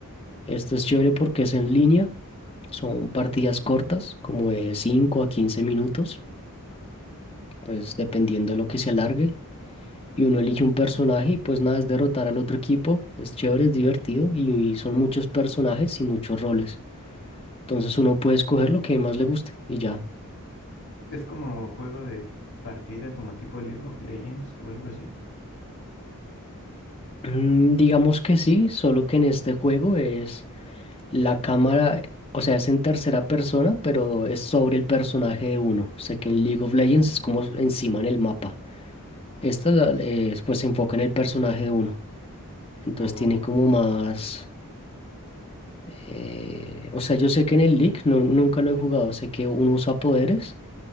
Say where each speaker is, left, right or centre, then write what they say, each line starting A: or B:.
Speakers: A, on the left; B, on the left.
A: Este es chévere porque es en línea, son partidas cortas, como de 5 a 15 minutos, pues dependiendo de lo que se alargue. Y uno elige un personaje y pues nada, es derrotar al otro equipo. Es chévere, es divertido y, y son muchos personajes y muchos roles. Entonces uno puede escoger lo que más le guste y ya.
B: Es como juego de partida, como tipo League of Legends o algo así.
A: Mm, digamos que sí, solo que en este juego es la cámara, o sea, es en tercera persona, pero es sobre el personaje de uno. Sé que en League of Legends es como encima en el mapa. Esta la- eh, pues se enfoca en el personaje de uno. Entonces
B: O,
A: tiene como más... eh, o sea, yo sé que en el League no- nunca lo he jugado. Sé que uno usa poderes